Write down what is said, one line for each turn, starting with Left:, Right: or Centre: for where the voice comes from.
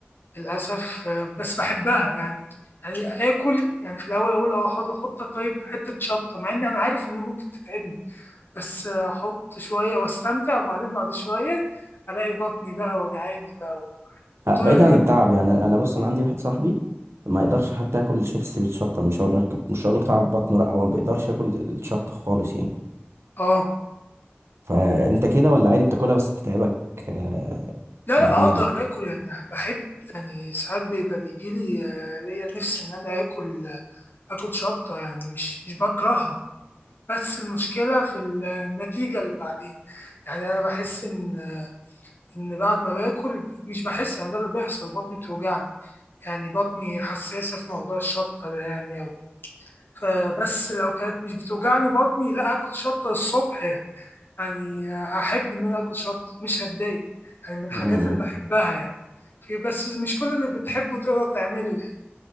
Left: للأسف آه بس بحبها يعني يعني آكل يعني في الأول أقول لو أحط أحط طيب حتة شطة مع إني أنا عارف إن ممكن تتعبني بس آه، أحط شوية وأستمتع وبعدين بعد شوية الاقي بطني بقى وجعاني بقى وطول
Right: أه بعيدا
Left: اليوم
Right: عن التعب يعني انا بص انا عندي واحد صاحبي ما يقدرش حتى ياكل شيبسي بالشطه مش هقول لك مش هقول لك تعب بطنه لا هو ما بيقدرش ياكل الشطه خالص يعني
Left: اه
Right: فانت كده ولا عادي بتاكلها بس بتتعبك أه
Left: لا
Right: بعدين
Left: لا اقدر
Right: يعني.
Left: اكل يعني بحب يعني ساعات بيبقى بيجي لي آه، ليا نفسي ان انا اكل اكل شطه يعني مش مش بكرهها بس المشكله في النتيجه اللي بعدين يعني انا بحس ان آه، ان بعد ما باكل مش بحس يعني ده اللي بيحصل بطني بتوجعني يعني بطني حساسه في موضوع الشطه ده يعني أوي فبس لو كانت مش بتوجعني بطني لا اكل شطه الصبح يعني يعني هحب إن أنا أكل شطة مش هتضايق يعني من الحاجات
Right: م- م.
Left: اللي بحبها يعني في بس مش كل اللي بتحبه تقدر تعمله يعني